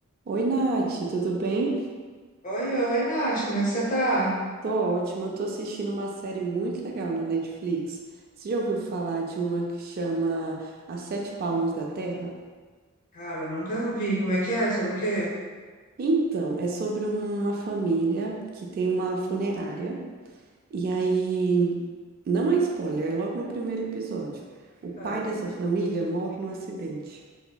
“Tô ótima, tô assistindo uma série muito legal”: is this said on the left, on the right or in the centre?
Right